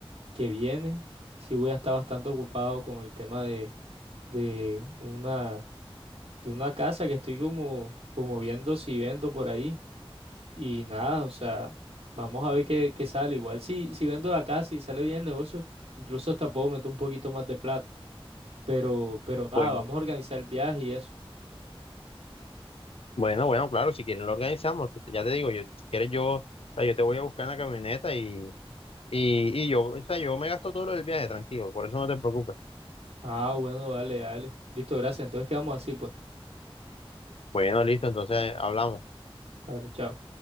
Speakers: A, on the right; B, on the left.
A: que viene, sí voy a estar bastante ocupado con el tema de, de una, de una casa que estoy como, como viendo si vendo por ahí. Y nada, o sea, vamos a ver qué, qué sale. Igual si, si vendo la casa y sale bien el negocio, incluso hasta puedo meter un poquito más de plata. Pero, pero nada,
B: Bueno,
A: vamos a organizar el viaje y eso.
B: bueno, bueno, claro, si quieres lo organizamos. Pues, ya te digo, yo, si quieres yo, o sea, yo te voy a buscar en la camioneta y, y, y yo, o sea, yo me gasto todo lo del viaje, tranquilo. Por eso no te preocupes.
A: Ah, bueno, dale, dale. Listo, gracias. Entonces quedamos así, pues.
B: Bueno, listo, entonces hablamos.
A: Dale, chao.